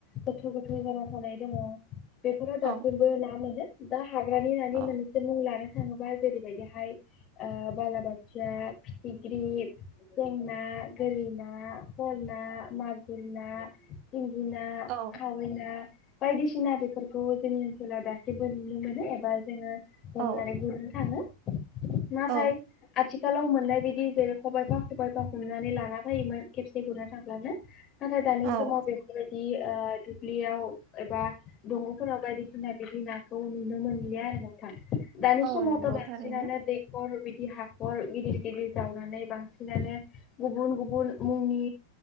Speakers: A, on the left; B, on the right.
A: गोथौ गोथौ जाना थानाय दङ। बेफोराव
B: औ
A: दासिमबो ना मोनो दा हाग्रानि नानि
B: औ
A: मोनसे मुं लानो थाङोबा जेरैबायदि <inaudible> बालाबाथिया फिथिख्रि थेंना गोरिना ना मागुर ना, सिंगि ना,
B: औ
A: खावै ना, बायदिसिना बेफोरखौ जोंनि ओनसोलाव दासिमबो नुनो मोनो एबा जोङो जमनानैनानै
B: औ
A: गुरनो थाङो नाथाय
B: औ
A: आ थिखालाव मोननाय बिदि जेरै खबाइफा खबाइफा हमनानै लाना फैयोमोन खेबसे गुरना थांब्लानो नाथाय दानि
B: औ
A: समाव बेफोरबायदि ओ दुब्लियाव एबा दङ'फोराव बायदिसिना बिदि नाखौ नुनो मोनलिया आरो नोंथां दानि
B: औ
A: समावथ'
B: नंगौ
A: बसिनानो
B: थारैनो
A: दैेखर हाखर गिदिर गिदिर जावनानै बांसिनानो गुबुन गुबुन मुंनि